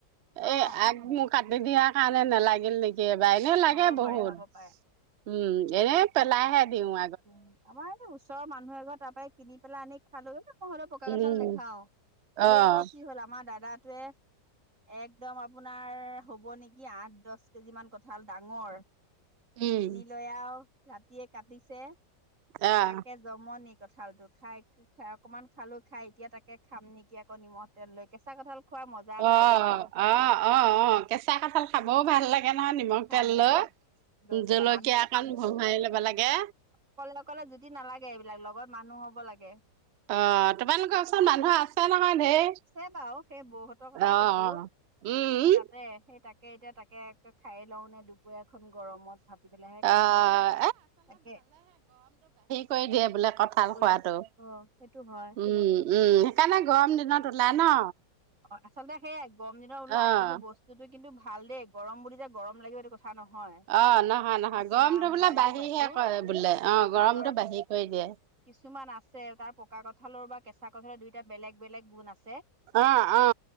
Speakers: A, on the right; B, on the right.
A: অ
B: এই আগম কাটি দিয়াৰ কাৰণে নালাগিল নেকি এইবাৰ, এনে লাগে
A: হ'ব পাৰে
B: বহুত
A: হ'ব পাৰে
B: উম এনে পেলাইহে দিও
A: উম আমাৰ এটো ওচৰৰ মানুহ এ ঘৰ তাৰ পৰাই কিনি পেলাই আনি খালোগৈ। হ'লেও পকা
B: উম
A: কঁঠাল নাখাও,
B: অ',
A: কালি আকৌ কি হ'ল আমাৰ দাদাটোৱে একদম আপোনাৰ হ'ব নেকি আঠ-দহ কেজি মান কঁঠাল ডাঙৰ
B: উম,
A: আনিলৈ আৰু ৰাতিয়ে কাটিছে
B: আহ,
A: তাকে জমনি কঁঠালটো খাই অকনমান খালো খাই এতিয়া তাকে খাম নেকি আকৌ নিমখ তেল লৈ কেঁচা কঁঠাল খোৱাৰ মজা এটা
B: অ-অ-অ-অ
A: আছে ন
B: কেঁচা কঠাল খাবও ভাল লাগ তাকে নহয় নিমখ
A: ভাল
B: তেল
A: লাগে
B: লৈ,
A: লৈ পেলাই
B: জলকীয়া অকন ভঙাই ল'ব লাগে
A: অকলে-অকলে যুটি নালাগে এইবিলাক, লগত মানুহ হ'ব লাগে।
B: অ তোমালোকৰ ওচৰত মানুহ আছে নহয় ধেৰ।
A: আছে বাৰু, সেই বৌহঁতৰ কথাই
B: অ',
A: কৈছো।
B: উম,
A: সেই
B: উম,
A: তাতে সেই তা তাকে এতিয়া তাকে খাই লওঁ নে দু দুপৰীয়া এখন গৰমত ভাটি পেলাইহে খাওঁ,
B: অ',
A: তাকে।
B: কৈ দিয়ে বোলে কঁঠাল
A: কৰি
B: খোৱাটো,
A: দি অ সেইটো হয়
B: উম। উম, সেইকাৰণে গৰম দিনত ওলাই ন।
A: অ আচলতে সেয়াই, গৰম দিনত ওলাই।
B: অ',
A: কিন্তু বস্তুটো কিন্তু ভাল দেই, গৰম বুলি যে গৰম লাগিব এইটো কথা কথা নহয়,
B: অ', নহয়, নহয়
A: মই সিদিনা
B: গৰমটো
A: মোবাইলতো
B: বোলে বাঢ়িহে
A: পাইছো
B: কৰে বোলে অ',
A: কঠালৰ
B: গৰমটো বাঢ়ি কৰি দিয়ে।
A: কিছুমান আছে তাৰ পকা কঁঠালৰ বা কেঁচা কঁঠালৰ দুটা বেলেগ-বেলেগ গুণ আছে।
B: অ অ।